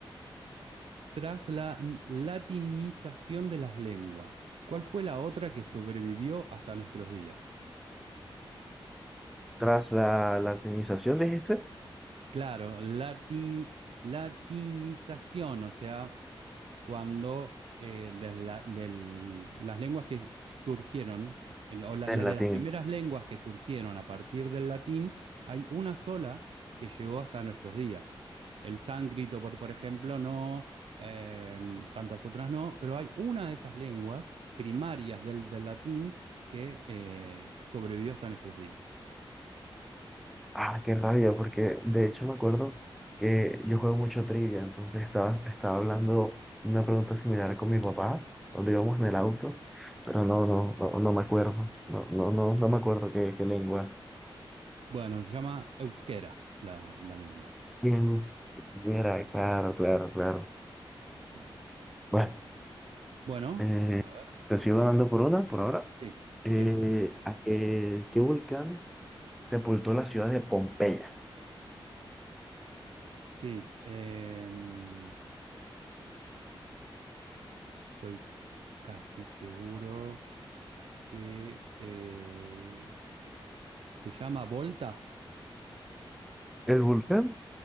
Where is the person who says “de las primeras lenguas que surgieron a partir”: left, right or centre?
Right